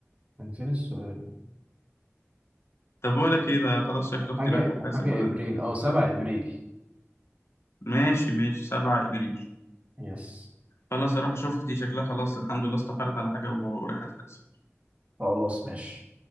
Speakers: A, on the right (about 30°); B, on the left (about 65°).
A: كان فين السؤال؟
B: طب بقول لك ايه ده خلاص شكل اختي
A: حاجة
B: رايحه تحاسب
A: حاجة
B: بعد
A: إبريل
B: ال- <laughs>
A: أه 7
B: ده
A: إبريل
B: ماشي ماشي 7 ابريل
A: يس
B: خلاص اروح اشوف دي شكلها خلاص الحمد لله استقرت على حاجه و- ورايحه تحاسب
A: خلاص ماشي